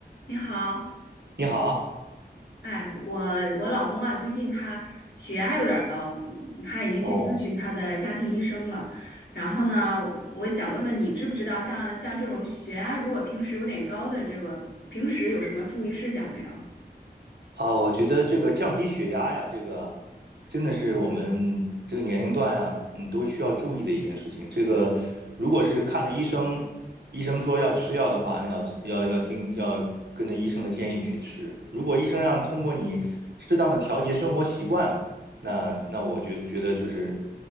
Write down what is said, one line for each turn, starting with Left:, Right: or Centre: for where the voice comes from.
Left: 你好，
Right: 你好，
Left: 哎，我我老公啊，最近他血压有点儿高，他已经去咨询他的家庭医生了。
Right: 哦，
Left: 然后呢，我想问问你，知不知道像像这种血压如果平时有点高的这个，平时有什么注意事项没有？
Right: 啊，我觉得这个降低血压呀，这个真的是我们这个年龄段啊，嗯，都需要注意的一件事情。这个如果是看了医生，医生说要吃药的话，那要要要盯要跟着医生的建议去吃。如果医生让通过你适当的调节生活习惯，那那我就觉得就是